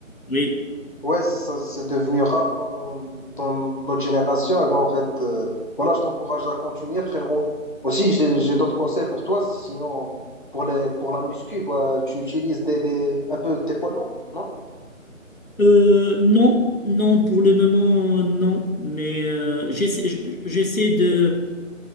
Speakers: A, on the left (about 85°); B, on the left (about 35°).
A: oui.
B: Ouais, ça, c'est devenu rare dans, dans, dans notre génération. Et ben en fait, euh, voilà, je t'encourage à continuer, frérot. Aussi, j'ai, j'ai d'autres conseils pour toi. Sinon, pour les, pour la muscu, bah, tu utilises des, des, un peu des poids lourds, non?
A: Euh, non, non, pour le moment, non. Mais euh, j'essaie j- j'essaie de,